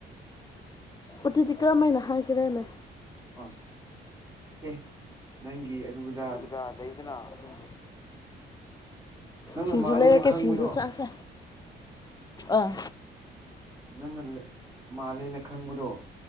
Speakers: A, on the left; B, on the right.
A: ꯑꯗꯨꯗꯤ ꯀꯥꯔꯝꯃꯥꯏꯅ ꯍꯥꯏꯒꯦꯔꯅꯦ
B: ꯑꯁ ꯑꯦ ꯅꯪꯒꯤ ꯑꯗꯨꯗ
A: ꯎꯗ ꯂꯩꯩꯗꯅ ꯑꯗꯨꯝ
B: ꯅꯪꯅ
A: ꯁꯤꯡꯖꯨ
B: ꯃꯥꯜꯂꯦꯅ
A: ꯂꯩꯔꯛꯀꯦ
B: ꯈꯪꯕꯗꯣ
A: ꯁꯤꯡꯖꯨ ꯆꯥꯁꯦ ꯑꯥ
B: ꯅꯪꯅ ꯂꯦ ꯃꯥꯜꯂꯦꯅꯦ ꯈꯪꯕꯗꯣ